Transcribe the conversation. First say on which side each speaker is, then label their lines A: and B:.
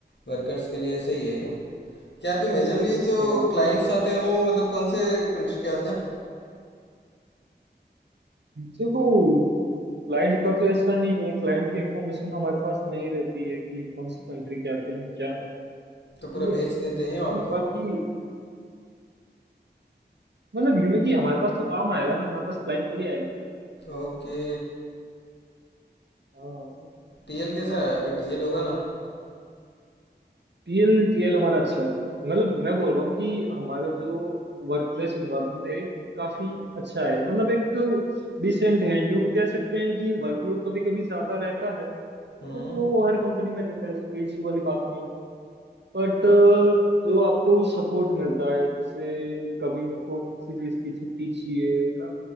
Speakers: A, on the left; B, on the right.
A: वर्कर्स के लिए सही है ये क्या आपके मेजरली जो
B: अ,
A: क्लाइंट्स आते हैं वो मतलब कौन से कंट्री के आते हैं
B: देखो क्लाइंट का तो ऐसा नहीं है क्लाइंट की इंफॉर्मेशन हमारे पास नहीं रहती है कि कौन सी कंट्री के आते हैं क्या है ठीक
A: तो पूरा
B: है
A: बेच देते हैं वो आपको
B: बाकी मतलब यूं है कि हमारे पास तो काम आएगा ना हमारे पास क्लाइंट थोड़ी
A: ओके
B: आएगा
A: टीएल कैसा है आपके टीएल होगा ना
B: टीएल टीएल हमारा अच्छा है मतलब मैं बोल रहा हूँ कि हमारा जो वर्क प्लेस इन्वायरमेंट है काफी अच्छा है मतलब एक डिसेंट है यूं कह सकते हैं कि वर्कलोड कभी कभी ज्यादा रहता है
A: हम्म
B: बट वो हर कंपनी में रहता है ऐसे कोई इश्यू वाली बात नहीं है बट जो आपको सपोर्ट मिलता है जैसे कभी मेरे को किसी चीज की छुट्टी चाहिए है ना